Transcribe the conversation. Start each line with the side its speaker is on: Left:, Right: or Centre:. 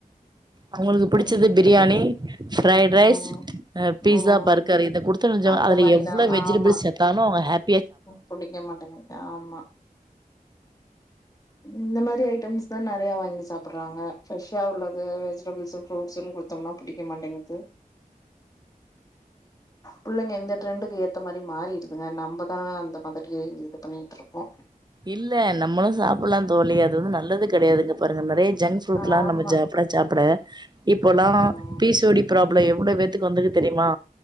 Right: அவுங்களுக்கு புடிச்சது
Left: ம்
Right: பிரியாணி ஃப்ரைட்
Left: ம்
Right: ரைஸ் அ பீஸா
Left: ம்
Right: பர்கர் இத குடுத்தோன்னு வச்சுக்கோங்க
Left: அந்த
Right: அதுல
Left: மாரிதா
Right: எவ்ளோ வெஜிடபிள்ஸ்
Left: ஆமா
Right: செத்தாலு அவுங்க ஹேப்
Left: புடிக்க மாட்டிங்கு ஆமா இந்த மாரி ஐடம்ஸ் தா நறைய வாங்கி சாப்புட்றாங்க ஃப்ரெஷா உள்ளது வெஜிடபிள்ஸு ஃப்ரூட்ஸுன் குத்தம்னா புடிக்க மாட்டேங்குது புள்ளைங்க இந்த டரெண்டுக்கு ஏத்த மாரி மாறிடுதுங்க நம்ப தா அந்த பக்கத்துலயே இது பண்ணிட்ருக்கோ
Right: இல்ல நம்மளு சாப்புட்லாந் தோழி அத் து வந்து நல்லது கெடையாதுங்க பாருங்க நறைய ஜங்க் ஃப்ருட்லா
Left: ஆமா
Right: நம்ம சாப்ட சாப்ட இப்போல்லா
Left: ம்
Right: பீசோடி பிராப் உள்ளே எவ்ளோ பேத்துக் வந்துக்கு தெரிமா